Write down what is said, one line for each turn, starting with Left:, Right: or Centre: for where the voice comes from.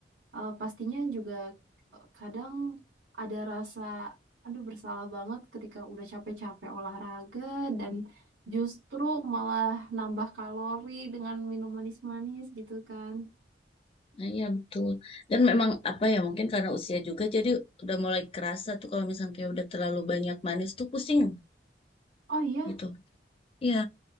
Right: Eh, pastinya juga eh, kadang ada rasa, aduh bersalah banget ketika udah capek-capek olahraga dan justru malah nambah kalori dengan minum manis-manis gitu kan.
Left: Nah, iya betul. Dan memang apa ya mungkin karena usia juga jadi udah mulai kerasa tuh kalau misalnya kayak udah terlalu banyak manis tuh pusing
Right: Oh iya,
Left: gitu. Iya,